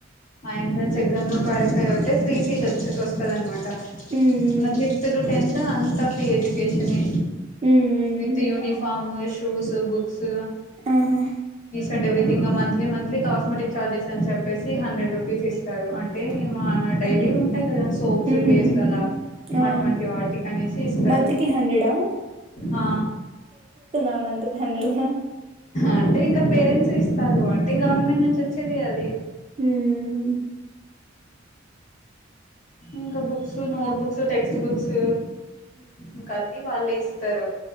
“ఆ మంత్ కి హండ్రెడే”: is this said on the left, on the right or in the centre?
Right